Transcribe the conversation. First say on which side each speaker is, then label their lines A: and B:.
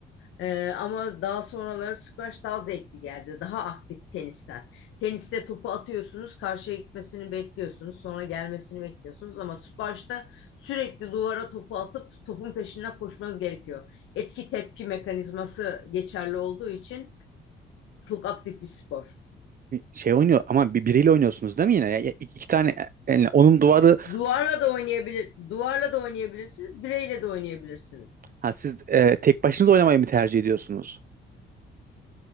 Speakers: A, on the left; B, on the right.
A: Ee, ama daha sonraları squash daha zevkli geldi. Daha aktif tenisten. Teniste topu atıyorsunuz, karşıya gitmesini bekliyorsunuz, sonra gelmesini bekliyorsunuz. Ama squash'ta sürekli duvara topu atıp topun peşinden koşmanız gerekiyor. Etki tepki mekanizması geçerli olduğu için çok aktif bir spor.
B: şey oynuyor ama bir, biriyle oynuyorsunuz değil mi yine? Ya, ya- iki tane e, yani onun duvarı
A: Duvarla da oynayabilir, duvarla da oynayabilirsiniz, bireyle de oynayabilirsiniz.
B: Ha siz e, tek başınıza oynamayı mı tercih ediyorsunuz?